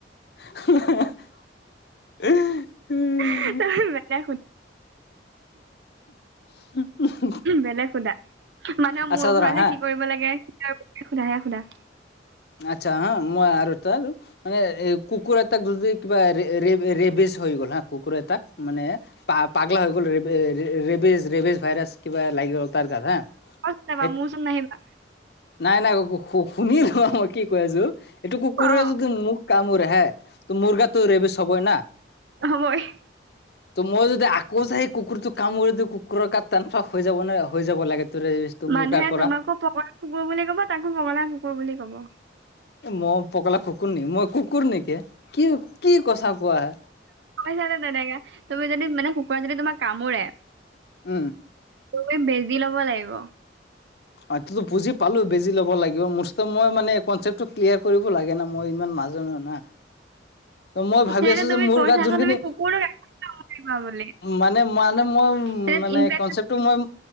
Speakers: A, on the left; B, on the right.
A: <inaudible>
B: <unintelligible>
A: <inaudible>
B: বেলেগ সোদা, মানুহক
A: আচ্ছা
B: মোৰ
A: ধৰা
B: ঘূৰালে
A: হা
B: কি কৰিব লাগে <unintelligible> সোধা হেয়া সোধা।
A: আচ্ছা হা মই আৰু তাৰ মানে এ কুকুৰ এটাক যদি কিবা ৰে-ৰে-ৰেবিচ হৈ গ'ল হা, কুকুৰ এটাক মানে পা-পাগলা হৈ গ'ল ৰেব-ৰে-ৰেবিজ, ৰেবিজ ভাইৰাছ কিবা লাগি গ'ল তাৰ গাত হা,
B: অ যাবা
A: হে
B: মোৰ ওচৰত নাহিবা
A: নাই নাই <unintelligible> শু-শুনিলো <unintelligible> কৈ আজো, এটো কুকুৰে
B: অ
A: যদি মোক কামুৰে হে ত' মোৰ গাতো ৰেবিজ হ'বই না।
B: হ'বই।
A: ত' মই যদি আকৌ যাই কুকুৰটোক কামুৰি দিওঁ, কুকুৰৰ গাত টানফা হৈ যাব নে? হৈ যাব লাগে <unintelligible>
B: মানুহে
A: পৰা
B: তোমাকো <unintelligible> কুকুৰ বুলি ক'ব, তাকো পগলা কুকুৰ বুলি ক'ব।
A: এ ম পগলা কুকুৰ নেকি, মই কুকুৰ নেকি? কি, কি কচা কোৱা হে।
B: কৈছা যে তেনেকে। তুমি যদি মানে কুকুৱে যদি তোমাক কামুৰে
A: উ।
B: উই বেজি ল'ব লাইব।
A: অ' এটোতো বুজি পালোঁ বেজি ল'ব লাগিব। মুঠতে মই মানে কনচেপ্টটো ক্লিয়াৰ কৰিব লাগে না মই ইমান মাজ জনো না।
B: <inaudible>
A: ত' মই ভাবি
B: সেইটো
A: আছোঁ
B: তুমি
A: যে, মোৰ
B: কৈছা
A: গাত
B: আকৌ
A: জোনখিনি
B: তুমি কুকুৰটোক আকৌ কামুৰিবা বুলি
A: মানে-মানে মই
B: তেতিয়া
A: মানে
B: ইনফেকচন
A: কনচেপ্টো মই,